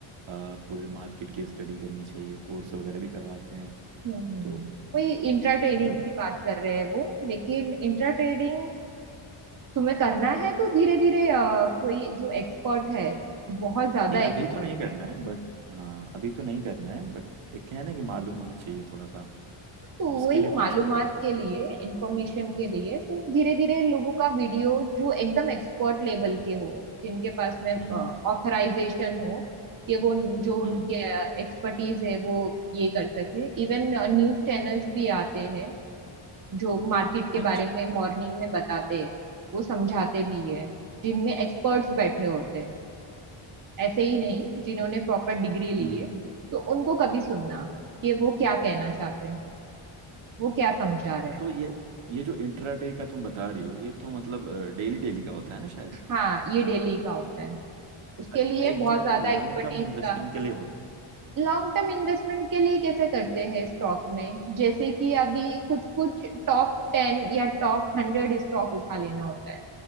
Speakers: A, on the right (about 65°); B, on the right (about 40°).
A: आ, पूरे मार्केट की स्टडी करनी चाहिए कोर्स वगैरह भी करवाते हैं
B: हम्म हम्म।
A: तो
B: वही इंट्रा ट्रेडिंग
A: मतलब
B: की बात कर रहे हैं वो लेकिन इंट्रा ट्रेडिंग तुम्हें करना है तो धीरे धीरे कोई जो एक्सपर्ट है बहुत ज्यादा
A: नहीं
B: एक्सपर्ट
A: अभी तो नहीं करना
B: है
A: है बट हाँ अभी तो नहीं करना है बट एक है ना कि मालूम होना चाहिए थोड़ा सा
B: तो
A: उसके
B: वही
A: लिए
B: मालूमात
A: पूछ रहा हूँ मैं
B: के लिए इंफॉर्मेशन के लिए तो धीरे धीरे लोगों का वीडियो जो एकदम एक्सपर्ट लेवल के हो जिनके पास में
A: हम्म
B: ऑथराइजेशन हो कि वो जो
A: हम्म
B: उनके एक्सपर्टीज है वो ये कर सके इवन न्यूज चैनल्स भी आते हैं जो मार्केट के
A: अच्छा
B: बारे में मॉर्निंग में बताते हैं वो समझाते भी है जिनमें एक्सपर्ट्स बैठे होते हैं ऐसे ही नहीं जिन्होंने प्रॉपर डिग्री ली
A: हम्म हम्म,
B: है
A: हम्म।
B: तो उनको कभी सुनना कि वो क्या कहना चाहते हैं वो क्या समझा रहे हैं
A: तो ये ये जो इंट्राडे का तुम बता रही हो ये तो मतलब डेली डेली का होता है ना शायद
B: हाँ ये डेली का होता है उसके
A: अ-
B: लिए
A: एक
B: बहुत
A: जो
B: ज्यादा
A: वो लॉन्ग
B: एक्सपर्टीज
A: टर्म इन्वेस्टिंग
B: का
A: के लिए होता है
B: लॉन्ग टर्म इन्वेस्टमेंट के लिए कैसे करते हैं स्टॉक में जैसे कि अभी कुछ कुछ टॉप टेन या टॉप हंड्रेड स्टॉक उठा लेना होता है